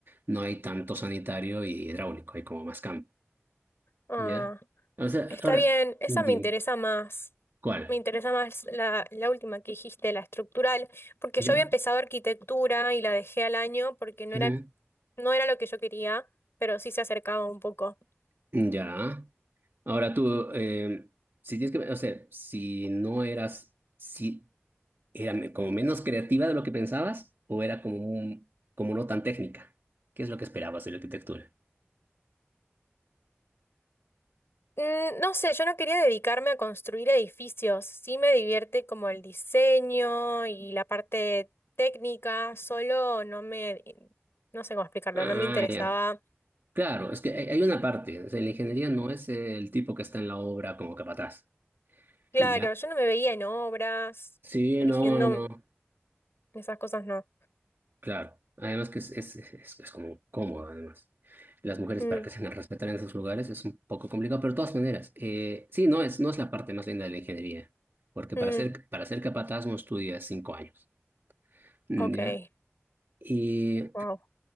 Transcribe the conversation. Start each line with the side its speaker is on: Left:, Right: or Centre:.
Right: No hay tanto sanitario y hidráulico, hay como más campo,
Left: Ah,
Right: ¿ya? O sea,
Left: Está
Right: ahora,
Left: bien, esa
Right: dime,
Left: me interesa más.
Right: ¿cuál?
Left: Me interesa más la, la última que dijiste, la estructural, porque
Right: ¿Ya?
Left: yo había empezado arquitectura y la dejé al año porque no
Right: Ujú.
Left: era, no era lo que yo quería, pero sí se acercaba un poco.
Right: Ya. Ahora tú, eh, si tienes que, o sea, si no eras, si era me- como menos creativa de lo que pensabas, o era como un, como no tan técnica, ¿qué es lo que esperabas de la arquitectura?
Left: Mm, No sé, yo no quería dedicarme a construir edificios. Sí me divierte como el diseño y la parte técnica, solo no me, no sé cómo explicarlo,
Right: Ah,
Left: no me interesaba.
Right: ya. Claro, es que hay hay una parte, o sea, la ingeniería no es el tipo que está en la obra como capataz,
Left: Claro,
Right: y ya.
Left: yo no me veía en obras,
Right: Sí,
Left: eligiendo
Right: no, no, no,
Left: esas cosas no.
Right: claro. Además que es, es, es, es como cómodo, además. Las mujeres
Left: Mm.
Right: para que se las respeten en esos lugares es un poco complicado, pero de todas maneras, eh, sí, no es, no es la parte más linda de la ingeniería, porque
Left: Mm,
Right: para ser, para ser capataz no estudias cinco años, mm,
Left: ok,
Right: ¿ya? Y
Left: wow.